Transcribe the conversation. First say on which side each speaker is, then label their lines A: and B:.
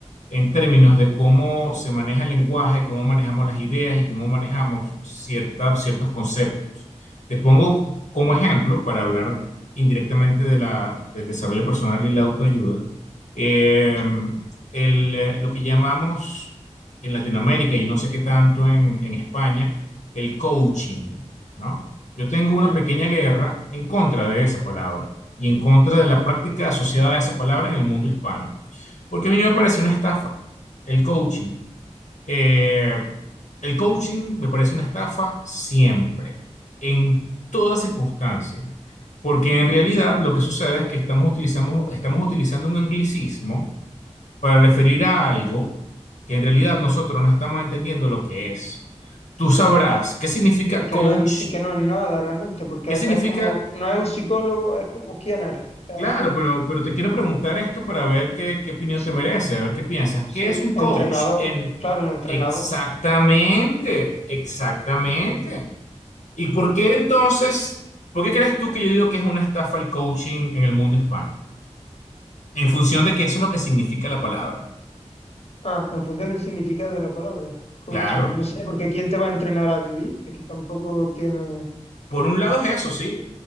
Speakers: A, on the left; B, on the left.
A: en términos de cómo se maneja el lenguaje, cómo manejamos las ideas y cómo manejamos ciertas, ciertos conceptos. Te pongo como ejemplo, para hablar indirectamente de la, del desarrollo personal y la autoayuda, eh,
B: Sí.
A: el, eh, lo que llamamos en Latinoamérica y no sé qué tanto en, en España, el coaching, ¿no? Yo tengo una
B: Mm.
A: pequeña guerra en contra de esa palabra y en contra de la práctica asociada a esa palabra en el mundo hispano. Porque a mí me parece una estafa el coaching. Eh, el coaching me parece una estafa siempre, en toda circunstancia. Porque en realidad lo que sucede es que estamos, utilizamos, estamos utilizando un anglicismo para referir a algo que en realidad nosotros no estamos entendiendo lo que es. Tú sabrás qué significa
B: Y que
A: coach,
B: no es, y que no es nada realmente, porque
A: qué significa
B: es como, no es un psicólogo, es como, ¿quién eres? ¿Qué haces?
A: Claro, pero, pero te quiero preguntar esto para ver qué, qué opinión
B: Sí,
A: te merece, a ver qué piensas.
B: sí,
A: ¿Qué es un coach?
B: entrenador,
A: En...
B: claro, un entrenador.
A: Exactamente, exactamente. ¿Y por qué entonces, por qué crees tú que yo digo que es una estafa el coaching en el mundo hispano? En función de que eso es lo que significa la palabra.
B: Ah, en función del significado de la palabra, coaching.
A: Claro,
B: No sé, porque ¿quién te va a entrenar a vivir? Es que tampoco tiene...
A: por un lado es eso, sí,